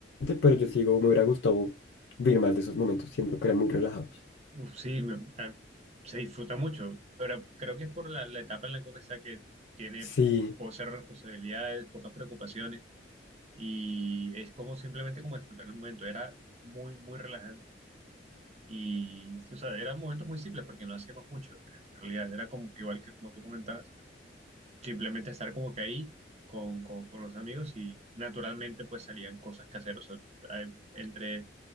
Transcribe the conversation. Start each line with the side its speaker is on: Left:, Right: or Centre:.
Left: pero yo sigo, me hubiera gustado vivir más de esos momentos, siento que eran muy relajados.
Right: Uf, sí, me- a- se disfruta mucho, pero creo que es por la, la etapa en la que uno está que tiene
Left: Sí,
Right: po- cero responsabilidades, pocas preocupaciones y es como simplemente como disfrutar el momento. Era muy, muy relajante y, o sea, eran momentos muy simples porque no hacíamos mucho. En realidad era como, igual que como tú comentabas, simplemente estar como que ahí con, con, con los amigos y naturalmente pues salían cosas caseras. O sea, eh, entre